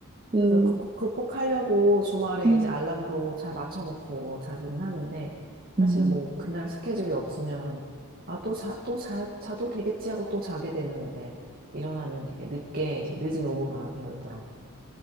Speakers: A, on the right; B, on the right.
A: 네
B: 그래서
A: 음,
B: 그- 극, 극복하려고 주말에
A: 음.
B: 이제 알람도 잘 맞춰놓고 자기는 하는데, 사실
A: 음.
B: 뭐, 그날 스케줄이 없으면, 아, 또 자, 또 자, 자도 되겠지 하고 또 자게 되면 이제, 일어나면 되게 늦게, 이제 늦은 오후가 되어 있더라고.